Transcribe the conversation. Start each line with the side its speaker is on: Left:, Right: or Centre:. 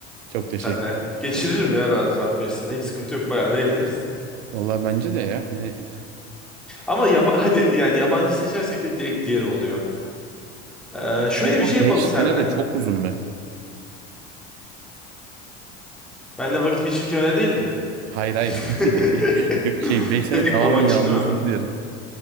Right: Çok teşekkür
Centre: senle
Right: ederim.
Centre: geçiririm
Right: Çok
Centre: ya rahat rahat 5 sene. Hiç sıkıntı yok. Bayağı da eğleniriz.
Right: Vallahi bence de ya hani
Centre: Ama yaba hadi yani yabancı seçersek de direkt diğer oluyor. Eee, şöyle
Right: ama
Centre: bir şey yapalım
Right: beş
Centre: senle.
Right: sene de çok uzun be.
Centre: Benle vakit geçirirken öyle değildi.
Right: Hayır hayır.
Centre: <laughs>
Right: <laughs> Yok şey
Centre: <clears throat>
Right: 5
Centre: <laughs>
Right: sene
Centre: Tek
Right: tamamen
Centre: olmak
Right: yalnızlığı
Centre: için değil mi?
Right: diyorum.